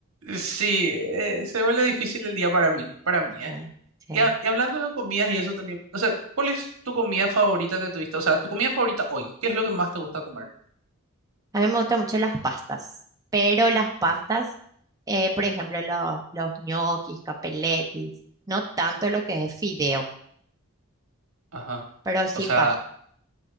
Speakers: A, on the right; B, on the right.
A: Sí, eh, se vuelve difícil el día para mí, para mí,
B: Eh,
A: ¿eh?
B: sí.
A: Y, ha- y hablando de comidas y eso también, o sea, ¿cuál es tu comida favorita que tuviste? O sea, tu comida favorita hoy, ¿qué es lo que más te gusta comer?
B: A mí me gustan mucho las pastas, pero las pastas, eh, por ejemplo, los, los ñoquis, capeletis, no tanto lo que es fideo,
A: Ajá.
B: pero sí
A: O sea,
B: pastas.